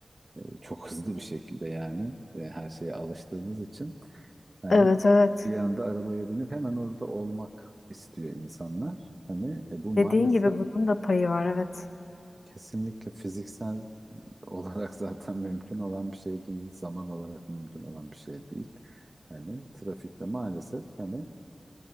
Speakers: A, on the right; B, on the left.
A: Ee, Çok hızlı bir şekilde yani e, her şeye alıştığımız için hani
B: evet evet.
A: bir anda arabaya binip hemen orada olmak istiyor insanlar. Hani e, bu maalesef
B: Dediğin gibi bunun da payı var evet.
A: kesinlikle fiziksel olarak <laughs> zaten mümkün olan bir şey değil. Zaman olarak mümkün olan bir şey değil. Hani trafikte maalesef hani